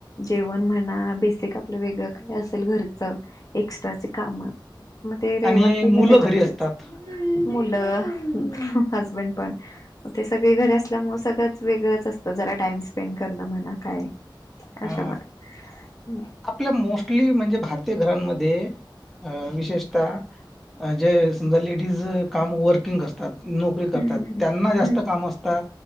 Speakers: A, on the left; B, in the centre.
A: जेवण म्हणा बेसिक आपलं वेगळं काय असेल घरचं एक्स्ट्राचे काम मग ते रविवार
B: आणि
A: पूर्ण
B: मुलं
A: त्याच्यामध्येच
B: घरी असतात
A: मुलं हजबंड पण ते सगळे घरी असल्यामुळे सगळंच वेगळंच असतं जरा टाइम स्पेंड करणं म्हणा काय.
B: हा
A: अशामध्ये हम्म
B: आपल्या मोस्टली म्हणजे भारतीय घरांमध्ये अ विशेषतः जे समजा लेडीज काम वर्किंग असतात. नोकरी करतात
A: हम्म हम्म
B: त्यांना जास्त
A: हम्म
B: काम असत.